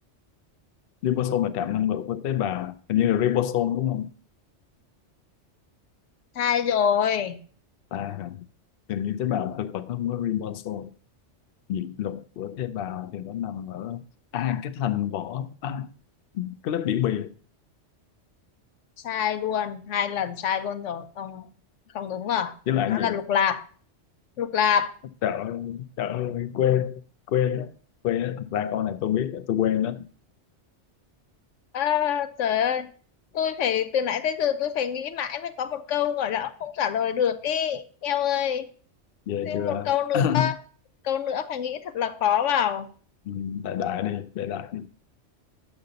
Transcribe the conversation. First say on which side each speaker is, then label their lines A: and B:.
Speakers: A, on the left; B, on the left.
A: ribosome là trạm năng lượng của tế bào hình như là ribosome đúng không
B: sai rồi
A: ta hả? hình như tế bào
B: ừ.
A: thực vật nó không có ribosome nhịp lục của tế bào thì nó nằm ở à cái thành vỏ à cái lớp biểu bì
B: sai luôn hai lần sai luôn rồi không không đúng rồi
A: với lại
B: nó
A: vậy
B: là lục lạp lục lạp
A: sợ sợ quên quên á quên á thật ra câu này tôi biết tôi quên đó
B: à, trời ơi tôi phải từ nãy tới giờ tôi phải nghĩ mãi mới có một câu gọi là không trả lời được ý eo ơi
A: về
B: thêm
A: chưa
B: một câu nữa
A: <coughs>
B: một câu nữa phải nghĩ thật là khó vào
A: ừ, đại đại đi đại đại đi